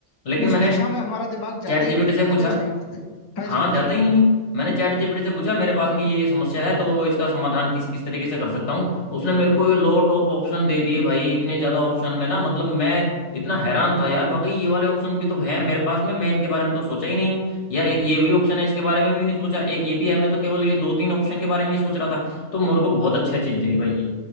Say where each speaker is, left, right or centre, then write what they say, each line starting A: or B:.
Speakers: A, on the left; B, on the left.
A: लेकिन
B: उस
A: मैंने
B: दिशा में हमारा दिमाग जाता
A: चैट
B: ही नहीं
A: जीपीटी
B: है
A: से पूछा
B: बिल्कुल सही बात है हाँ
A: हाँ
B: जी हाँ
A: जाता
B: जी
A: ही नहीं है मैंने चैट जीपीटी से पूछा मेरे पास में ये समस्या है तो इसका समाधान किस किस तरीके से कर सकता हूँ उसने मेरे को लो टॉप ऑप्शन दे दिए भाई इतने ज्यादा ऑप्शन में ना मतलब मैं इतना हैरान था यार वाकई ये वाले ऑप्शन भी तो है मेरे पास में मैं इनके बारे में तो सोचा ही नहीं हूँ यार एक ये भी ऑप्शन है इसके बारे में भी नहीं सोचा एक ये भी है मैं तो केवल ये दो तीन ऑप्शन के बारे में ही सोच रहा था तो मेरे को बहुत अच्छा चीज लगी भाई ये